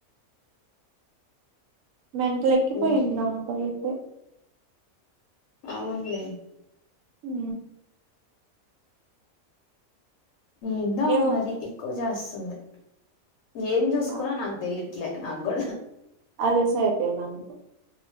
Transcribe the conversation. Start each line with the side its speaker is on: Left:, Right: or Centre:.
Right: మెంటల ఎక్కిపోయింది
Left: ఉమ్
Right: నాకైయితే
Left: అవునులే
Right: ఉ
Left: ఎందో
Right: ఏమో
Left: ఆమె మరీ ఎక్కువ చేస్తుంది ఏం చూసుకోనో
Right: నా-
Left: నాకు తెలిదు ఇట్లే నాక్ గూడా
Right: అలుసయిపోయింది అంతే